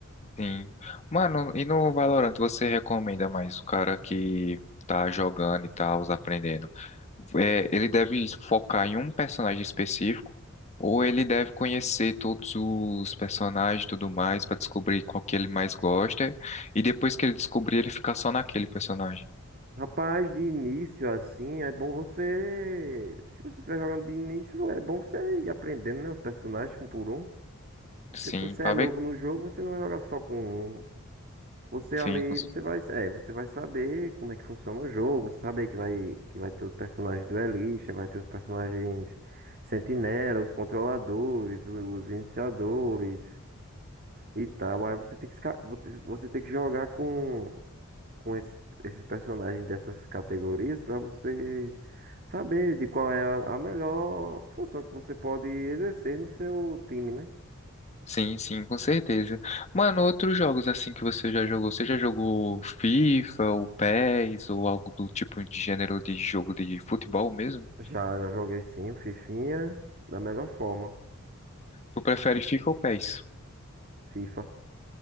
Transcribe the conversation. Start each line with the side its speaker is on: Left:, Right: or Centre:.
Left: Sim. Mano, e no Valorant você recomenda mais o cara que tá jogando e tal, aprendendo? É, ele deve focar em um personagem específico ou ele deve conhecer todos os personagens e tudo mais pra descobrir qual que ele mais gosta e depois que ele descobrir ele ficar só naquele personagem?
Right: Rapaz, de início assim, é bom você. Se você estiver jogando de início, é bom você ir aprendendo, né, os personagens um por um.
Left: Sim,
Right: Porque se você
Left: pra
Right: é novo
Left: ver.
Right: no jogo, você não vai jogar só com um. Você
Left: Sim,
Right: ali,
Left: cons-
Right: você vai, é, você vai saber como é que funciona o jogo, você saber que vai, que vai ter os personagens duelistas, vai ter os personagens sentinela, os controladores, os, os iniciadores e tal. Aí você tem que, esca- você você tem que jogar com com esse- esses personagens dessas categorias para você saber de qual é a, a melhor função que você pode exercer no seu time, né?
Left: Sim, sim, com certeza. Mano, outros jogos assim que você já jogou, você já jogou FIFA ou PES ou algo do tipo de gênero de jogo de futebol mesmo?
Right: Já, já joguei sim, o Fifinha da melhor forma,
Left: Tu prefere FIFA ou PES?
Right: FIFA.